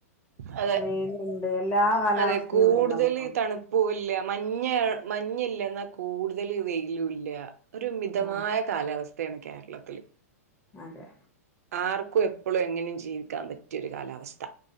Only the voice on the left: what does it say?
വെയിലുണ്ട് എല്ലാ കാലാവസ്ഥയും
ഉണ്ടല്ലോ നമ്മുക്ക്
ആഹ്
അതെ